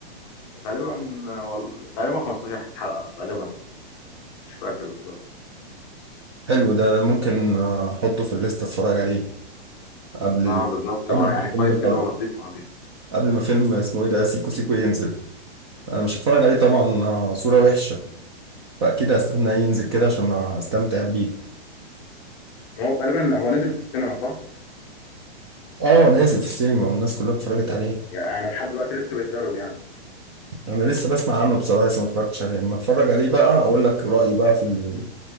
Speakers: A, on the left; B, on the right.
A: غالبا وال- غالبا 15 حلقة غالبا مش فاكر بالظبط
B: حلو ده ممكن آه، احطه في الليست اتفرج عليه قبل ال...
A: اه بالظبط هو
B: قبل
A: يعني
B: ما
A: كويس
B: كل
A: كده
B: حلقة،
A: ولطيف وخفيف
B: قبل ما فيلم اسمه ايه ده سيكو سيكو ينزل انا مش هتفرج عليه طبعا آه، صورة وحشة فاكيد هستناه ينزل كده عشان استمتع بيه
A: هو غالبا هو نزل في السينما صح؟
B: اه نازل في السينما والناس كلها اتفرجت عليه
A: يعني لحد دلوقتي لسه بيتعرض يعني
B: انا لسه بسمع عنه بصراحة لسه ما اتفرجتش عليه لما اتفرج عليه بقى اقول لك رأيي بقى في ال...